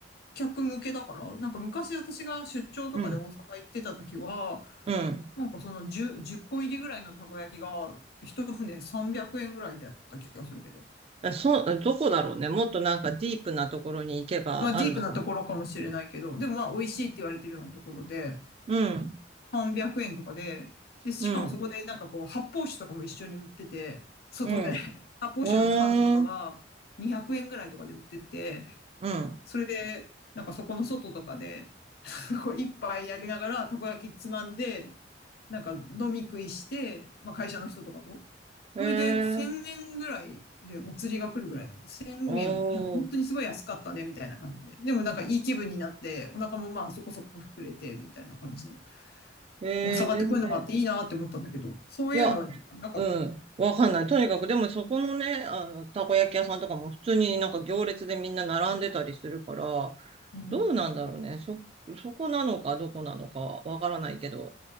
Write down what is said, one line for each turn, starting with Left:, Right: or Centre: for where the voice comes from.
Left: 客向けだからなんか昔私が出張とかで大阪行ってた時は、
Right: うん、うん。
Left: なんかその10、個入りぐらいのたこ焼きが、一船300円ぐらいだった気がするけど。
Right: あそう、どこだろうね。もっとなんかディープなところに行けばあるのかも。
Left: まあディープなところかもしれないけど、でもまあ美味しいって言われてるようなところで、
Right: うん、
Left: 300円とかで、で、しかもそこでなんかこう発泡酒とかも一緒に売ってて、
Right: うん、
Left: 外で
Right: うん。
Left: <laughs> 発泡酒の缶とかが200円ぐらいとかで売ってて、
Right: うーん、うん。
Left: それで、なんかそこの外とかで、<laughs> 一杯やりながら、たこ焼きつまんで、なんか飲み食いして、まあ会社の人とかと。
Right: へえ
Left: それで1000円ぐらいでお釣りが来るぐらいの、
Right: ー、
Left: 1000円、
Right: お
Left: なんか本当にすごい安かったね、
Right: ー、
Left: みたいな感じで。でもなんかいい気分になって、お腹もまあそこそこ膨れて、みたいな感じの。
Right: えー、
Left: 大阪ってこういうのがあっていいなって思ったんだけど、
Right: 全然。
Left: そういうのはなかったの。
Right: いや、うん。わかんない。とにかく、でもそこのね、あの、たこ焼き屋さんとかも普通になんか行列でみんな並んでたりするから、
Left: うん。
Right: どうなんだろうね。そ、そこなのかどこなのかわからないけど、